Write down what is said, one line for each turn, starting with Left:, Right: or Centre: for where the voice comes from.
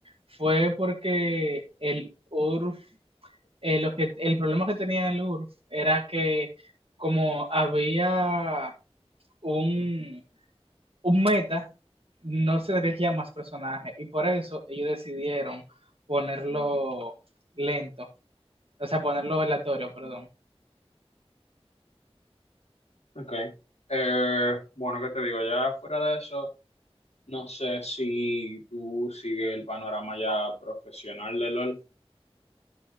Right: fue porque el URF eh, lo que, el problema que tenía el URF era que como había un, un meta, no se elegía más personajes y por eso ellos decidieron ponerlo lento, o sea, ponerlo aleatorio, perdón.
Left: Ok. Eh, bueno, ¿qué te digo? Ya fuera de eso, no sé si tú sigues el panorama ya profesional de LOL.